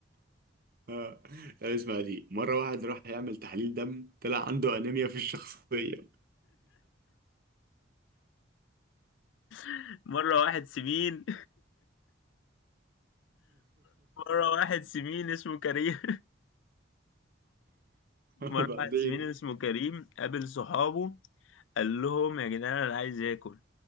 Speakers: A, on the right; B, on the left.
A: آه. طب اسمع دي مره واحد راح يعمل تحليل دم طلع عنده انيميا في الشخصيه
B: <laughs> مرة واحد سمين مرة واحد سمين اسمه كريم
A: <laughs>
B: مرة
A: وبعدين
B: واحد زميلي اسمه كريم قابل صحابه قال لهم يا جدعان أنا عايز آكل